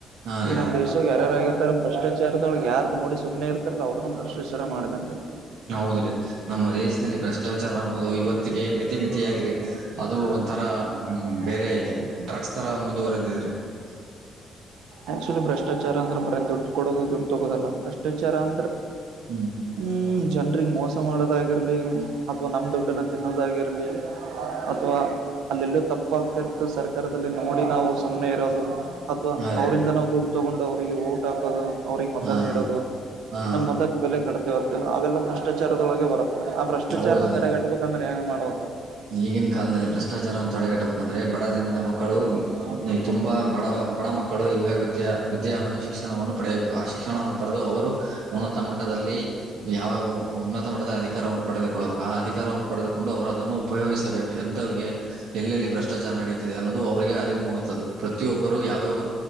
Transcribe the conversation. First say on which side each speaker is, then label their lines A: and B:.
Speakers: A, on the right; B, on the right.
A: ಹಾ ರೀ
B: ಈ ನಮ್ ದೇಶ ಯಾರಾರಾಗಿಿರ್ತಾರೋ ಭ್ರಷ್ಟಾಚಾರ <inaudible> ವಿಚಾರದೊಳಗ್ ಯಾರ ನೋಡಿ ಸುಮ್ಮನೆ ಇರ್ಾರಲ್ಲ ಅವ್ರರುನು ಭ್ರಷ್ಟ್ಾಚಾರ ಮಾಡಂಗ <inaudible>
A: ಹೌದ ರೀ ನಮ್ಮ ದೇಶದಲ್ಲಿ ಬೆಷ್ಟ ಭ್ರಷ್ಟಾಚಾರ ಅನ್ನೋದು ಇವತ್ತಿಗೆ ಮಿತಿ ಮಿತಿಯಾಗಿರಿ ಅದು ಒಂಥರ ಬೇರೆ ಡಕ್ ತರ ಮುಂದುವರೆದಿದ್ರಿ <unintelligible>
B: ಆಕ್ಚುಲಿ ಭ್ರಷ್ಟಾಚಾರ ಅಂದ್ರೆ ಬರ ದುಡ್ಡು ಕೊಡೋದು ದುಡ್ಡು ತಗೋದಲ್ಲ ಭ್ರಷ್ಟಾಚಾರ ಅಂದ್ರೆ
A: ಹ್ಮ್
B: ಹ್ಮ್ ಜನ್ಗ್ ಮೋಸ ಮಾಡೋದಾಗಿರ್ಲಿ ಅಥ್ವಾ ನಮ್ ದುಡ್ಡನ ತಿನ್ನೋದಾಗಿರ್ಲಿ <unintelligible> ಅಥವಾ ಅಲ್ಲೆಲ್ಲೂ ತಪ್ಪಾಗ್ತಿರ್ತ್ತು ಸರ್ಕಾರದಲ್ಲಿ ನೋಡಿ ನಾವು ಸುಮ್ನೆ ಇರೋದು ಅಥವಾ <inaudible>
A: ಹಾ
B: ಅವರಿಂದ
A: ರೀ
B: ನಾವು ದುಡ್ಡು ತಗೊಂಡು ಅವ್ರರಿಗೆ ಓಟ್ ಹಾಕೋದು ಅವ್ರಿಗೆ ಮತ
A: ಹಾ
B: ನೀಡೋದು
A: ಹಾ
B: ನಮ್ ಮತಕ್ಕೆ ಬೆಲೆ ಕಟ್ತೇವತ್ತಲ್ಲ ಅವೆಲ್ಲ ಭ್ರಷ್ಟಾಚಾರದೊಳಗೆ ಬರತ್ತೆ <inaudible> ಆ ಭ್ರಷ್ಟಾಚಾರನ
A: ಹೌದ್ರೀ
B: ತಡೆಗಟ್ಬೇಕಂದ್ರೆ ಏನ ಮಾಡಬೇಕು
A: ಈಗಿನ ಕಾಲದಲ್ಲಿ ಭ್ರಷ್ಟಾಚಾರ ಒಂತ ತಡೆಗಟ್ಟಬೇಕಂದ್ರೆ ಬಡ ಜನದ ಮಕ್ಕಳು ತುಂಬಾ ಬಡ ಬಡ ಮಕ್ಕಳು ಈಗ <inaudible> ಅಧ್ಯವನ್ನು ಶಿಕ್ಷಣವನ್ನು ಪಡೆಯಬೇಕು ಆ ಶಿಕ್ಷಣವನ್ನು ಪಡೆದು ಅವರು ಉನ್ನತ ಮಟ್ಟದಲ್ಲಿ ಯಾವ ಉನ್ನತ ಮಟ್ಟದ ಅಧಿಕಾರವನ್ನು ಪಡೆದುಕೊಳ್ಳಬೇಕು ಆ ಅಧಿಕಾರವನ್ನು ಪಡೆದುಕೊಂಡು ಅವರು ಅದನ್ನು ಉಪಯೋಗಿಸಬೇಕು ಎಂತವ್ರರಿಗೆ ಎಲ್ಲೆಲ್ಲಿ ಭ್ರಷ್ಟಾಚಾರ ನಡೆಯುತ್ತಿದೆ ಅನ್ನೋದು ಅವರಿಗೆ ಅರಿವು ಮೂಡುತ್ತದೆ ಪ್ರತಿಯೊಬ್ಬರು ಯಾವ್ಯಾವ